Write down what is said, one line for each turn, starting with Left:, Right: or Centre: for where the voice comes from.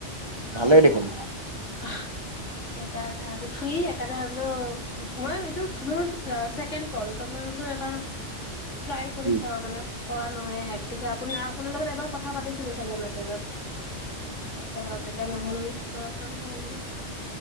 Right: ভালেই দেখোন।
Left: আ সেইকাৰণে আজি ফ্ৰী সেইকাৰণে হলো মই এইটো মোৰ চছেকেণ্ড কল তমই। হলো এবাৰ,
Right: <inaudible>
Left: ট্ৰাই কৰি
Right: উম
Left: চাও মানে। কৰা নহয় হেকটিকা আপ আপোনাৰ লগত এবাৰ কথা পাতিছিলো চাগে মেছেজত। অ এতিয়া নহ'ল ত কাৰণে হল।